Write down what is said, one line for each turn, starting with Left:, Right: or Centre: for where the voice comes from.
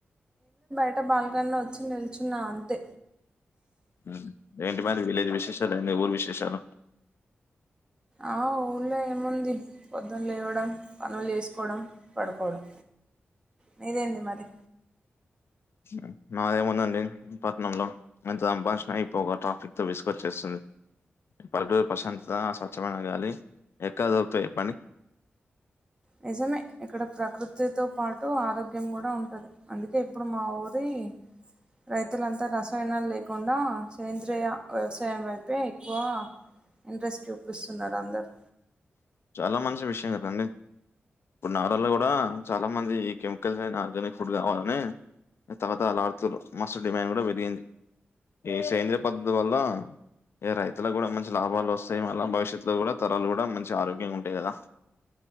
Right: అట బాల్కనీ లో వచ్చి నిల్చున్నా అంతే
Left: ఉమ్ ఎంటి మరి వీలేేజ్ విశేషాలు ఏంది ఊరు విశేషాలు
Right: ఆ ఊళ్ళో ఏముంది పొద్దున్ లేవడం పనులు చేసుకోవడం పడుకోవడం నీదేంది మరి
Left: ఉమ్ మాదేముందండి పట్నంలో మంచిగా సంపాదించుకొని ఈ పొగ ట్రాఫిక్ తో విసుకొచ్చేస్తుంది పల్లెటూరు ప్రశాంత స్వచ్ఛమైన గాలి ఎక్కడా దొరుతాయి చోపండి
Right: నిజమే ఇక్కడ ప్రకృతితో పాటు ఆరోగ్ గ్యం కూడా ఉంటుంది అందుకే ఇప్పుడు మా ఊరి రైతులంతా రసాయనాలు లేకుండా సేంద్రియ వ్యవసాయం వైపే ఎక్కువ ఇంట్రెస్ట్ చూపిస్తున్నారు అందరు
Left: చాలా మంచి విషయం కదండి ఇప్పుడు నగరాల్లో కూడా చాలా మంది ఈ కెమికల్స్ లేని ఆర్గానిక్ ఫుడ్ కావాలని తహలహలాడుతురు మస్తు డిమాండ్ కూడా పెరిగింది ఈ సేంద్రయ పద్ధతి వల్ల ఏ రైతులకు కూడా మంచి లాభాలు వస్తాయి మళ్ళ భవిష్యత్తు లో కూడా తరాలు కూడా మంచి ఆరోగ్ గ్యం ఉంటాయి కదా